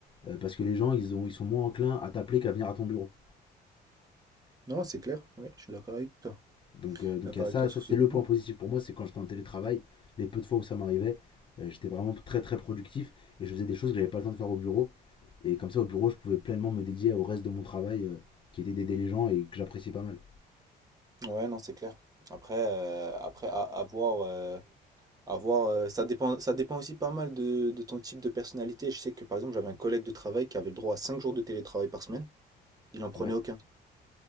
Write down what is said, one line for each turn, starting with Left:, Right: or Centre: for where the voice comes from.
Left: euh, parce que les gens, ils, ont, ils sont moins enclins à t'appeler qu'à venir à ton bureau.
Right: Non, c'est clair, oui, je suis d'accord avec toi.
Left: Donc, euh, donc
Right: D'accord
Left: il y a ça,
Right: avec toi
Left: ça
Right: sur
Left: c'est
Right: ce point.
Left: le point positif pour moi, c'est quand j'étais en télétravail, les peu de fois où ça m'arrivait, euh, j'étais vraiment très très productif et je faisais des choses que j'avais pas le temps de faire au bureau. Et comme ça, au bureau, je pouvais pleinement me dédier au reste de mon travail, euh, qui était d'aider les gens et que j'appréciais pas mal.
Right: Ouais, non, c'est clair. Après, euh, après à, à voir, euh, à voir, euh, ça dépend, ça dépend aussi pas mal de, de ton type de personnalité. Je sais que par exemple, j'avais un collègue de travail qui avait le droit à 5 jours de télétravail par semaine. Il en prenait
Left: Ouais,
Right: aucun.